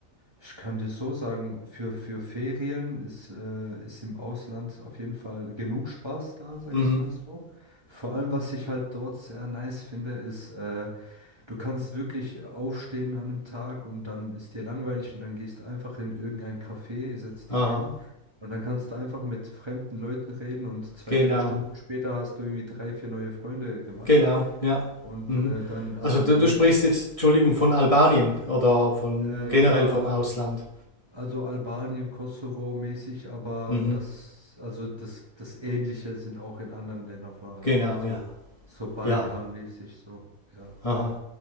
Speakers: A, on the right; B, on the left.
A: ich kann dir so sagen, für, für Ferien ist, äh, ist im Ausland auf jeden Fall genug Spaß da, sage
B: Mhm,
A: ich es mal so. Vor allem, was ich halt dort sehr nice finde, ist, äh, du kannst wirklich aufstehen an einem Tag und dann ist dir langweilig und dann gehst du einfach in irgendein Café, setzt
B: aha,
A: dich hin und dann kannst du einfach mit fremden Leuten reden und zwei,
B: genau,
A: drei Stunden später hast du irgendwie drei, vier neue Freunde gemacht.
B: genau, ja.
A: Und
B: Mhm.
A: äh, dann, also
B: Also du,
A: dann
B: du sprichst jetzt, Entschuldigung, von Albanien oder von
A: Äh,
B: generell
A: ja,
B: vom
A: also,
B: Ausland.
A: also Albanien, Kosovo mäßig, aber
B: Mhm,
A: das, also das, das Ähnliche sind auch in anderen Ländern vorhanden.
B: genau,
A: Also
B: ja,
A: so Balkanmäßig,
B: ja,
A: so, ja.
B: Aha.